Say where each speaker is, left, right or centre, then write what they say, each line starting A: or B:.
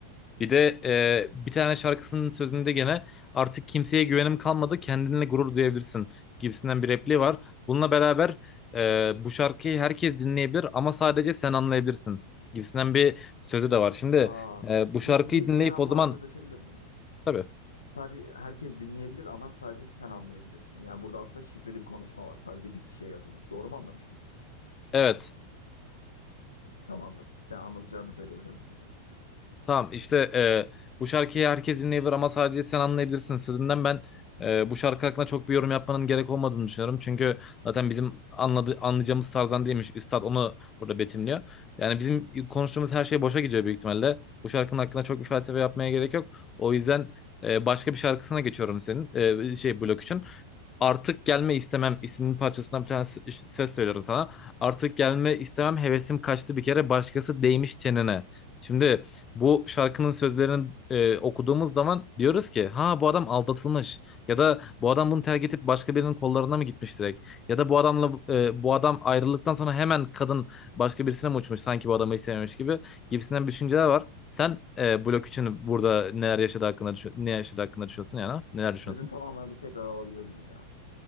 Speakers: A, on the left; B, on the left.
A: Bir de e, bir tane şarkısının sözünde gene artık kimseye güvenim kalmadı, kendinle gurur duyabilirsin gibisinden bir repliği var. Bununla beraber e, bu şarkıyı herkes dinleyebilir ama sadece sen anlayabilirsin gibisinden bir sözü de var. Şimdi
B: Aa,
A: e, bu şarkıyı
B: bir, bir
A: dinleyip
B: hemen
A: o
B: parantez
A: zaman
B: açabilir miyim?
A: tabii
B: Sadece herkes dinleyebilir ama sadece sen anlayabilirsin. Yani burada aslında şifreli bir konuşma var. Sadece bir kişiye yazılmış. Doğru mu anlamışım?
A: evet
B: Tamamdır. Sen anlatacağını söyleyebilir misin?
A: Tamam işte e, bu şarkıyı herkes dinleyebilir ama sadece sen anlayabilirsin sözünden ben e, bu şarkı hakkında çok bir yorum yapmanın gerek olmadığını düşünüyorum. Çünkü zaten bizim anladı, anlayacağımız tarzdan değilmiş. Üstad onu burada betimliyor. Yani bizim konuştuğumuz her şey boşa gidiyor büyük ihtimalle. Bu şarkının hakkında çok bir felsefe yapmaya gerek yok. O yüzden e, başka bir şarkısına geçiyorum senin e, şey blok için. Artık gelme istemem isimli parçasından bir tane sö- söz söylüyorum sana. Artık gelme istemem hevesim kaçtı bir kere başkası değmiş çenene. Şimdi bu şarkının sözlerini e, okuduğumuz zaman diyoruz ki ha bu adam aldatılmış ya da bu adam bunu terk edip başka birinin kollarına mı gitmiş direkt ya da bu adamla e, bu adam ayrıldıktan sonra hemen kadın başka birisine mi uçmuş sanki bu adamı hiç sevmemiş gibi gibisinden bir düşünceler var. Sen e, blok için burada neler yaşadı hakkında düşün- ne yaşadı hakkında düşünüyorsun yani ha? neler düşünüyorsun?
B: Sözün tamamını bir tekrar alabilir miyim ya?